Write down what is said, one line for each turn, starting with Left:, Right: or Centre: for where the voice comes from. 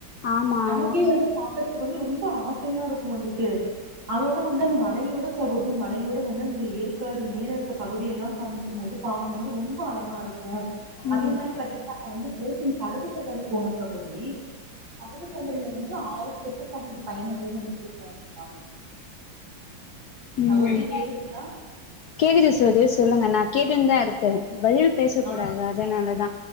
Left: ஆமா
Right: நமக்கே
Left: ஆமா
Right: வந்து பாக்குறதுக்கு வந்து ரொம்ப ஆசையா இருக்கும் வந்துட்டு அதோட வந்து அந்த மழையோட சகோதி மழையோட வந்து அந்த ஏற்காடு மேலே இருக்க பகுதிய எல்லாம் காமிக்கும் போது பாக்கும்போது ரொம்ப அழகா இருக்கு அதே
Left: ம்
Right: மாரி பாத்தீங்கன்னா நாங்க வந்து போட்டிங் படகு சவாரி போனோம் சகோதரி படகு சவாரில வந்து ஆறு சின்ன பசங்களுக்கு பயணம் போக முடிச்சுட்டே ஆ
Left: ம்
Right: சகோதரி கேக்குதுங்களா
Left: கேக்குது சகோதரி சொல்லுங்க நா கேட்டுன்னு தா இருக்கறே பதில் பேசப்
Right: ஆ
Left: போறே அது அதுனாலதா